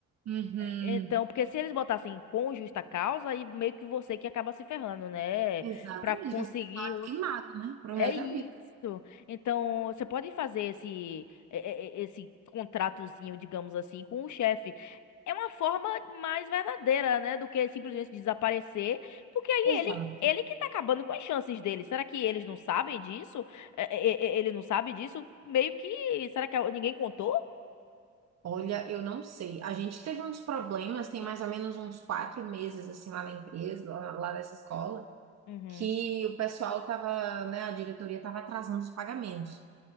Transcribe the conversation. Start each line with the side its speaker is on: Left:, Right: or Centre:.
Right: Uhum.
Left: Então, porque se eles botassem com justa causa, aí meio que você que acaba se ferrando, né?
Right: Exatamente,
Left: Pra conseguir.
Right: que assim, tá
Left: o-
Right: queimado, né? Pro
Left: É
Right: resto
Left: isso.
Right: da vida.
Left: Então, você pode fazer esse, é, é, é, esse contratozinho, digamos assim, com o chefe. É uma forma mais verdadeira, né? Do que simplesmente desaparecer. Porque aí
Right: Exato.
Left: ele. Ele que tá acabando com as chances dele. Será que eles não sabem disso? É, é, é, é, Ele não sabe disso? Meio que. Será que ninguém contou?
Right: Olha, eu não sei. A gente teve uns problemas, tem mais ou menos uns quatro meses, assim, lá na empresa, lá, lá nessa escola,
Left: Uhum.
Right: que o pessoal tava, né, a diretoria tava atrasando os pagamentos.